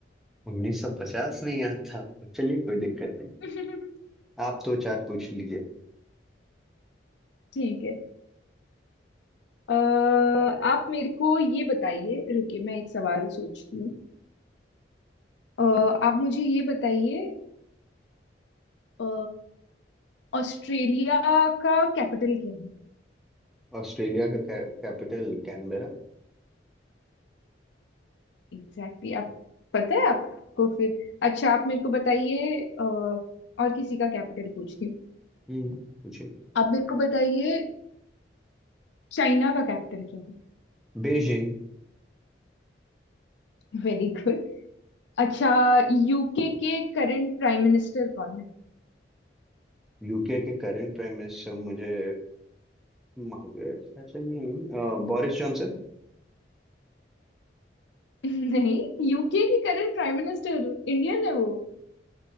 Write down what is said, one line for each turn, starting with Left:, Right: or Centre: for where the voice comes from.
Centre: उन्नीस सौ पचास नहीं याद था आपको चलिए कोई दिक्कत नहीं
Left: <laughs>
Centre: आप दो चार पूछ लीजिए
Left: ठीक है अ, आप मेरे को ये बताइए रुकिए मैं एक सवाल सोचती हूँ अ, आप मुझे ये बताइए अ, ऑस्ट्रेलिया का कैपिटल क्या है
Centre: ऑस्ट्रेलिया का कैपिटल कैनबेरा
Left: एग्जैक्टली exactly, आप पता है आपको फिर अच्छा आप मेरे को बताइए अ, और किसी का कैपिटल पूछती हूँ
Centre: हम्म पूछिए
Left: आप मेरे को बताइए चाइना का कैपिटल क्या है
Centre: बीजिंग
Left: <laughs> Very good अच्छा यूके के करंट प्राइम मिनिस्टर कौन है
Centre: यूके के करंट प्राइम मिनिस्टर मुझे मार्गरेट ऐसे नहीं बोरिस जॉनसन
Left: <laughs> नहीं यूके की करंट प्राइम मिनिस्टर इंडियन है वो